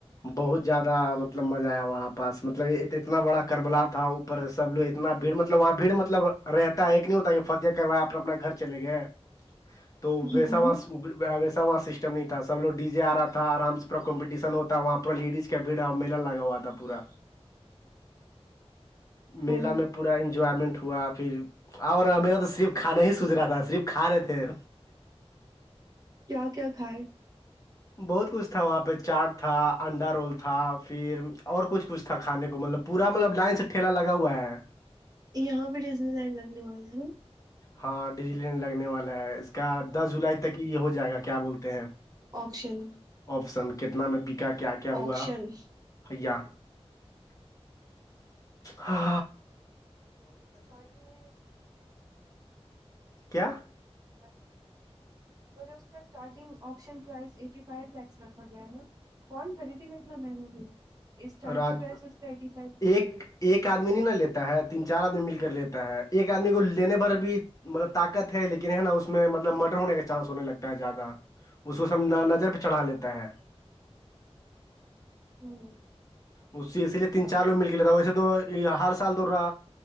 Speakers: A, on the left; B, on the right.
A: بہت زیادہ مطلب مزہ آیا وہاں پاس مطلب اتنا بڑا کربلا تھا اوپر سے سب لوگ اتنا بھیڑ مطلب وہاں بھیڑ مطلب رہتا ہے ایک نہیں ہوتا یہ فتح کروایا اپنے اپنا گھر چلے گئے تو ویسا
B: ہوں ہوں
A: وہاں ویسا وہاں سسٹم نہیں تھا سب لوگ ڈی جے آ رہا تھا آرام سے پورا کمپٹیشن ہوتا تھا وہاں پر لیڈیز کا بھیڑ میلا لگا ہوا تھا پورا میلا
B: او
A: میں پورا انجوائمنٹ ہوا پھر اور میرا تو صرف کھانا ہی سوج رہا تھا صرف کھا رہے تھے
B: کیا کیا کھائے
A: بہت کچھ تھا وہاں پہ چاٹ تھا انڈا رول تھا فر اور کچھ کچھ تھا کھانے کو مطلب پورا مطلب لائن سے ٹھیلا لگا ہوا ہے
B: یہاں بھی ڈیزنی لینڈ لگنے والا ہے
A: ہاں ڈیزنی لینڈ لگنے والا ہے اس کا دس جولائی تک ہی یہ ہو جائے گا کیا بولتے ہیں
B: آکشن
A: آپشن کتنا میں بکا کیا کیا ہوا
B: آکشن
A: ایا ہا
B: اسٹارٹنگ میں
A: کیا
B: <unintelligible> مجھے اس کا starting option price eighty five lakh رکھا گیا ہے کون خریدی گا اتنا مہنگا <unintelligible> اسٹارٹگ
A: راج
B: پرائز اسکا ایٹی فائیو
A: ایک ایک آدمی نہیں نا لیتا ہے تین چار آدمی مل کر لیتا ہے ایک آدمی کو لینے پر بھی مطلب طاقت ہے لیکن ہے نا اس میں مطلب مڈر ہونے کا چانس ہونے لگتا ہے زیادہ اس کو سب نا نظر پہ چڑھا لیتا ہے
B: ہوں
A: اس سے اسی لیے تین چار لوگ مل کے لیےتا ویسے تو ہر سال تورا